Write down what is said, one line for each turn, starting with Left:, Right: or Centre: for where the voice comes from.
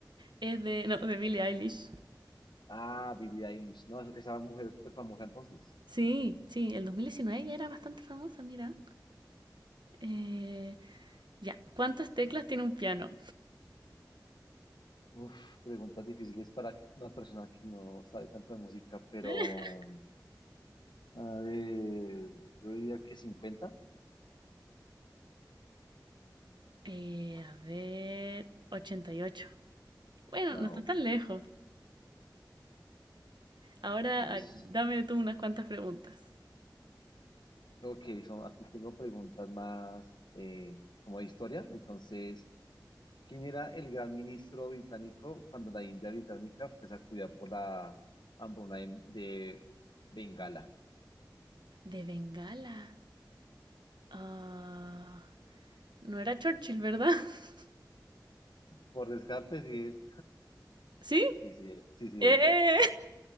Right: Es de, no, de Billie Eilish.
Left: Ah, Billie Eilish, no, esa mujer es súper famosa entonces.
Right: Sí, sí, el 2019 ya era bastante famosa, mira. Eh, ya, ¿cuántas teclas tiene un piano?
Left: Uf, preguntas difíciles para una persona que no sabe tanto de música, pero
Right: <laughs>
Left: a ver, yo diría que cincuenta.
Right: Eh, a ver, ochenta y ocho Bueno,
Left: No,
Right: no está tan lejos. Ahora,
Left: Dios.
Right: ah, dame tú unas cuantas preguntas.
Left: Ok, son, aquí tengo preguntas más eh, como de historia, entonces ¿Quién era el gran ministro británico cuando la India británica fue sacudida por la hambruna de, de Bengala?
Right: De Bengala. Ah, no era Churchill, ¿verdad? <laughs>
Left: Por descarte, sí es.
Right: ¿Sí?
Left: Sí, sí, es, sí, sí
Right: ¡Eh!
Left: es.